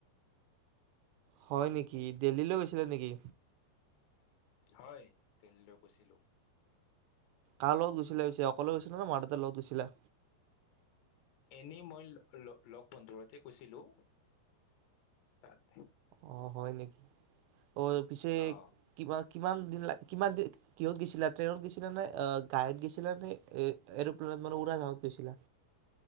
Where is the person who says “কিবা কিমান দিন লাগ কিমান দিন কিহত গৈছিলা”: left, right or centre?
Right